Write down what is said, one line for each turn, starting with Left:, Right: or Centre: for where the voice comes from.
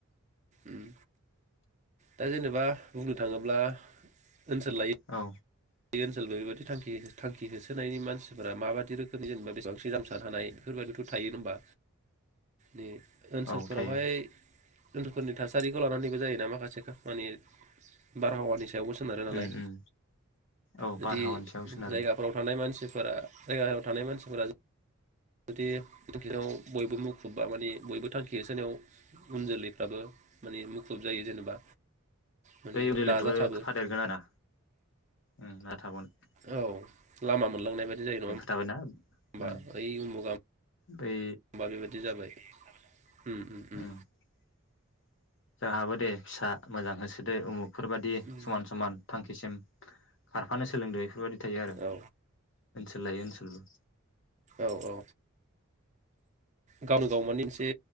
Right: उम दा जेनेबा बुंनो थाङोब्ला ओनसोल
Left: औ
Right: बे ओनसोल बेफोरबायदि थांखि थांखि होसोनायनि मानसिफोरा माबायदि रोखोमनि जेनेबा बेसेबां <unintelligible> हानाय बेफोरबादिथ' थायो नङा होमबा नि ओनसोलफोराव
Left: औ थायो
Right: हाय <unintelligible> फोरनि थासारिखौ लानानैबो जायोना माखासे खामानि बारहावानि स सायावबो सोनारो नालाय।
Left: उम उम औ
Right: जुदि
Left: बारहावानि सायाव सोनारो
Right: जायगाफोराव थानाय मानसिफोरा जायगायाव थानाय मानसिफोरा जुदि थांखियाव बयबो मुखुब बा माने बयबो थांखि होसोनायाव उन जोलैफ्राबो माने मुखुब जायो जेनेबा
Left: <unintelligible>
Right: माने नाजाथाबो
Left: खोफादेरगोन आरो उम दा थाबनो
Right: औ लामा मोनलांनाय बायदि जायो नङा
Left: थाबायना
Right: हबा
Left: उम
Right: ओइ उमुगा हबा
Left: बै
Right: बेबायाददि जाबाय
Left: <inaudible>
Right: उम उम उम
Left: जोंहाबो दे फिसा मोजां होसोदो उमुख फोरबायाददि
Right: उम
Left: समान समान थांखिसिम खारफानो सोलोंदों बेफोरबायदि थायो आरो
Right: औ
Left: सोलायो ओनसोलबो
Right: औ औ गावनो गाव मानिे मोनसे